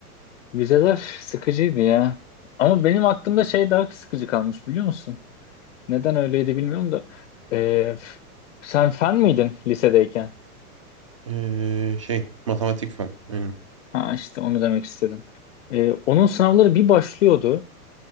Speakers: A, on the left (about 55°); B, on the right (about 20°).
A: Vizeler sıkıcıydı ya. Ama benim aklımda şey daha sıkıcı kalmış biliyor musun? Neden öyleydi bilmiyorum da. Ee, sen fen miydin lisedeyken?
B: Ee, şey matematik falan. Aynen.
A: Ha işte onu demek istedim. Ee, onun sınavları bir başlıyordu.